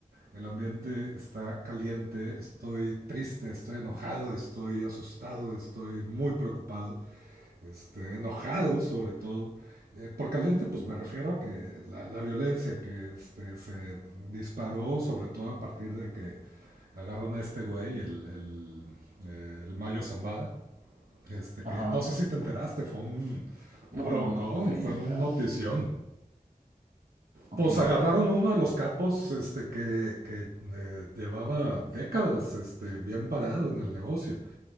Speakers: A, on the right; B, on the right.
A: el ambiente está caliente, estoy triste, estoy enojado, estoy asustado, estoy muy preocupado, este, enojado sobre todo. Eh, por caliente, pues me refiero a que la, la violencia que este, se disparó, sobre todo a partir de que agarran a este güey, el, el, eh, el Mayo Zambada, este que
B: Ajá.
A: no sé si te enteraste, fue un
B: No,
A: broncón,
B: no, no estoy
A: fue
B: enterado.
A: un notición.
B: Ok.
A: Pues agarraron uno de los capos este, que, que eh, llevaba décadas este, bien parado en el negocio.